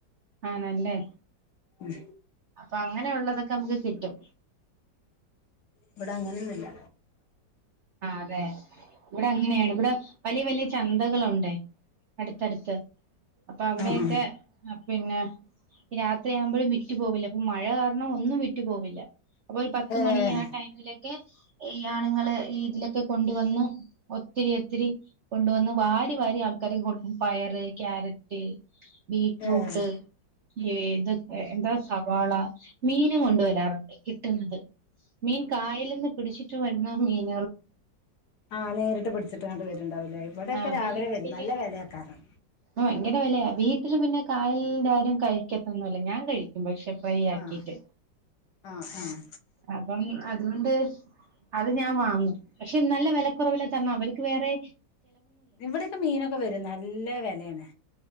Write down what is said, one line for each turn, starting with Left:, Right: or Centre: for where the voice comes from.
Right: ആണല്ലേ
Left: ഉം!
Right: അപ്പൊ അങ്ങനെ ഉള്ളതൊക്കെ നമുക്ക് കിട്ടും.
Left: ഇവിടെ അങ്ങനൊന്നുല്ല
Right: ആ അതെ, ഇവിടെ അങ്ങനെയാണ് ഇവിടെ വലിയ വലിയ ചന്തകളുണ്ടേ അടുത്തടുത്ത് അപ്പൊ അവിടെയൊക്കെ
Left: ആഹ്
Right: പിന്നെ രാത്രിയാകുമ്പോഴും വിരി വിറ്റ്പോവില്ല ഇപ്പ മഴ കാരണം ഒന്നും വിറ്റ് വിറ്റ്പോവില്ല അപ്പൊ ഒരു പത്തുമണി
Left: ഏഹ്
Right: ആ ടൈമിലൊക്കെ? ഈ ആണ്ങ്ങള് രീതിയിലൊക്കെ കൊണ്ടുവന്ന് ഒത്തിരി ഒത്തിരി കൊണ്ടുവന്ന് വാരി! ത്തു വാരി ആൾക്കാര്ക്ക് കൊടുക്കും പയറ് ക്യാര ഏയ് ബീറ്റ്റൂട്ട്
Left: ഏഹ്
Right: ഇത് എന്താ സവാള മീനും കൊണ്ട് വരാറുണ്ട് കിട്ടുന്നത് മീൻ കായലിന്ന് പിടിച്ചിട്ട് വരുന്ന മീൻ
Left: ആ നേര്ട്ട് പിട്ച്ച്ട്ടങ്ങണ്ട് വെ ഇണ്ടാവുംലേ ഇവട്യൊക്കെ
Right: ആ
Left: രാവിലെ
Right: വീട്ടില്
Left: വെരും നല്ല വെല്യേക്കാരം.
Right: ഭയങ്കര വെലയാ വീട്ടില് പിന്നെ കായലിലാരും കഴിക്കത്തൊന്നുവില്ല ഞാൻ കഴിക്കും പക്ഷെ ഫ്രൈയാക്കീട്ട്
Left: ആഹ് ആഹ് ആഹ്
Right: അപ്പം അതുകൊണ്ട് അത് ഞാൻ വാങ്ങും പക്ഷേ നല്ല വെലക്കൊറവില് തന്നാ അവർക്ക് വേറേ
Left: ഇവടൊക്കെ മീനൊക്കെ വെരും നല്ല വെലേണ്